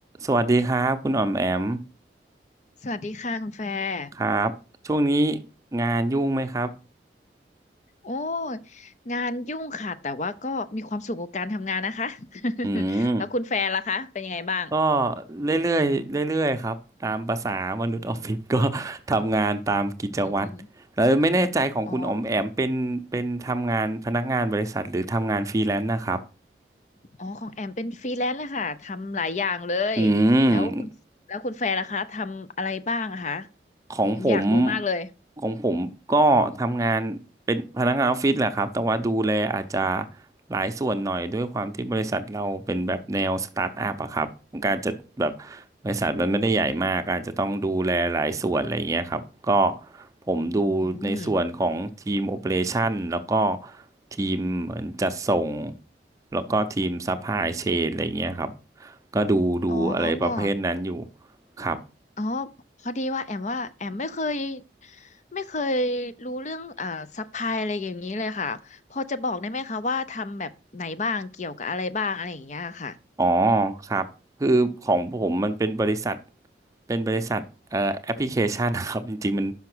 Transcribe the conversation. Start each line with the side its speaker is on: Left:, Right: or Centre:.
Right: สวัสดีครับคุณอ๋อมแอม
Left: สวัสดีค่ะคุณแฟร์
Right: ครับช่วงนี้งานยุ่งไหมครับ
Left: โอ้ยงานยุ่งค่ะแต่ว่าก็มีความสุขกับการทำงานนะคะ
Right: อืม
Left: <laughs> แล้วคุณแฟร์ล่ะคะเป็นยังไงบ้าง
Right: ก็เรื่อยๆเรื่อยๆครับตามภาษามนุษย์ออฟฟิศก็
Left: อืม
Right: <laughs> ทำงานตามกิจวัตรแล้วไม่แน่ใจของคุณอ๋อมแอมเป็นเป็นทำงานพนักงานบริษัทหรือทำงานฟรีแลนซ์นะครับ
Left: อืม อ๋ออ๋อของแอมเป็นฟรีแลนซ์เลยค่ะทำหลายอย่างเลย
Right: อืม
Left: แล้วคุณแล้วคุณแฟร์ล่ะคะทำอะไรบ้างอะคะ
Right: ของผม
Left: แอมอยากรู้มากเลย
Right: ของผมก็ทำงานเป็นพนักงานออฟฟิศแหละครับแต่ว่าดูแลอาจจะหลายส่วนหน่อยด้วยความที่บริษัทเราเป็นแบบแนวสตาร์ทอัพอะครับมันกาจจะแบบบริษัทมันไม่ได้ใหญ่มากอาจจะต้องดูแลหลายส่วนอะไรเงี้ยครับก็
Left: อืม
Right: ผมดูในส่วนของทีมโอเปอเรชันแล้วก็
Left: อืม
Right: ทีมเหมือนจัดส่งแล้วก็ทีมซัพพลายเชนอะไรเงี้ยครับก็ดูดูอะไรประเภทนั้นอยู่
Left: อ๋อ
Right: ครับ
Left: อ๋อพอดีว่าแอมว่าแอมไม่เคยไม่เคยรู้เรื่องอ่าซัพพลายอะไรอย่างนี้เลยค่ะพอจะบอกได้ไหมคะว่าทำแบบไหนบ้างเกี่ยวกับอะไรบ้างอะไรอย่างเงี้ยค่ะ
Right: อ๋อครับคือของผมมันเป็นบริษัทเป็นบริษัทเอ่อแอปพลิเคชันนะครับ <laughs> จริงๆมัน